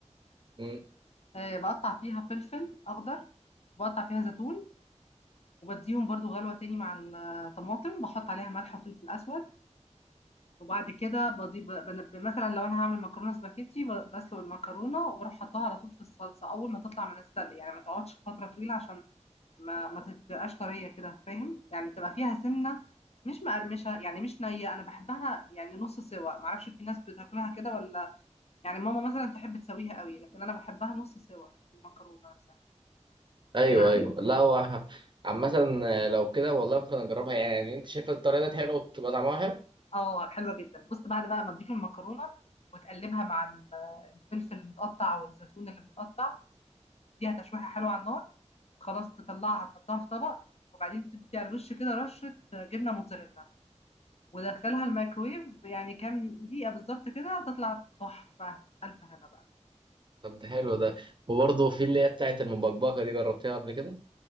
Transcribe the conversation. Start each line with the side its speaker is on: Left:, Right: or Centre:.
Right: مم.
Left: آه بقطع فيها فلفل اخضر بقطع فيها زيتون وبديهم برضو غلوة تاني مع الطماطم بحط عليها ملح وفلفل أسود وبعد كده بضيف بنب... مثلا لو أنا هعمل مكرونة سباكيتي ب- بسلق المكرونة وبروح حطها على طول في الصلصة أول ما تطلع من السلق يعني ما تقعدش فترة طويلة عشان ما ما تبقاش طرية كده فاهم يعني تبقى فيها سنة مش مقرمشة يعني مش نية أنا بحبها يعني نص سوا معرفش في ناس بتاكلها كده ولا يعني ماما مثلا تحب تسويها قوي لكن أنا بحبها نص سوا المكرونة نفسها
Right: ايوه
Left: آه،
Right: ايوه لا هو ه- عامة آه، لو كده والله ممكن اجربها يعني انت شايف الطريقة دي حلوة وبتبقى طعمها حلو
Left: اه حلوة جدا بص بعد بقى ما تضيف المكرونة وتقلبها مع ال- الفلفل المتقطع والزيتون اللي متقطع دي تشويحة حلوة على النار خلاص تطلعها تحطها في طبق وبعدين تدي على الوش كده رشة جبنة موتزاريلا ودخلها الميكرويف يعني كام دقيقة بالظبط كده تطلع تحفة ألف هنا بقى
Right: طب ده حلو ده وبرضه في اللي هي بتاعت المبكبكة دي جربتيها قبل كده